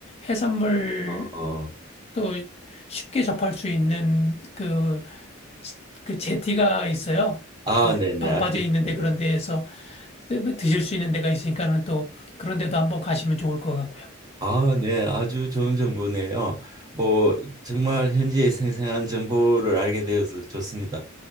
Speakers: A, on the left; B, on the right.
A: 해산물
B: 어, 어.
A: 또 쉽게 접할 수 있는 그, 그 제티가 있어요.
B: 아,
A: 그
B: 네네,
A: 방파제
B: 알겠습니다.
A: 있는데 그런 데에서 드실 수 있는 데가 있으니까는 또 그런 데도 한번 가시면 좋을 것 같고요.
B: 아, 네, 아주 좋은 정보네요. 뭐 정말 현지의 생생한 정보를 알게 되어서 좋습니다.